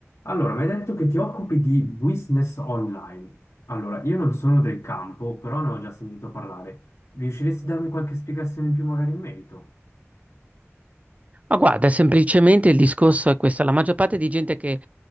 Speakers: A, on the left; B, on the right.
A: Allora, mi hai detto che ti occupi di business online. Allora, io non sono del campo, però ne ho già sentito parlare. Riusciresti a darmi qualche spiegazione in più magari in merito?
B: Ma guarda, semplicemente il discorso è questo, la maggior parte di gente che,